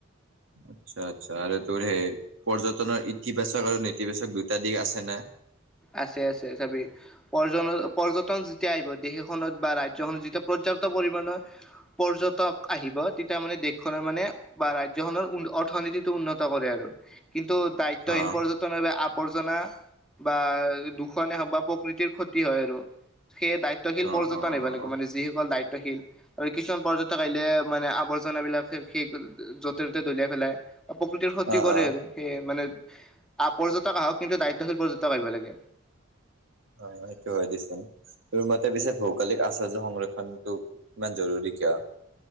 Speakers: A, on the right; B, in the centre.
A: আচ্ছা আচ্ছা আৰু তোৰ সেই পৰ্যটনৰ ইতিবাচক আৰু নেতিবাচক দুটা দিশ আছে না
B: আছে আছে চি পৰ্য পৰ্য্যটন যেতিয়া আহিব দেশখনত বা ৰাজ্যখনত যেতিয়া প পৰ্যাপ্ত পৰিমণৰ পৰ্যটক আহিব তেতিয়া মানে দেশখনৰ মানে বা ৰাজ্যখনৰ অৰ্থনীতিটো উন্নত কৰে আৰু কিন্তু দায়িত্বহীন
A: অ',
B: পৰ্যটনেৰে আৱৰ্জনা। বা দূষনেে হওক বা প্ৰকৃতিৰ ক্ষতি হয় আৰু সেই দায়িত্বশী
A: অ',
B: পৰ্যটন
A: অ',
B: এইব লাগে মানে যিসকল দায়িত্বশীল আৰু কিছুমান পৰ্যটক ক আহিলে মানে আৱ জাবলাক সেই যতে ত'তে দলিয়াই পেলাই প্ৰকৃতিৰ ক্ষতি
A: অ', অ',
B: কৰে
A: অ',
B: আৰু সেইয়ে মানে আ পৰ্যটক আহক কিন্তু দায়িত্বশীল পৰ্যটক আহ়িব লাগে।
A: হয় সেইটো হয় দিচোন তোৰ মতে পিছে ভৌগালিক আচৰ্য্য সংৰক্ষণটো ইমান জৰুৰী কিয়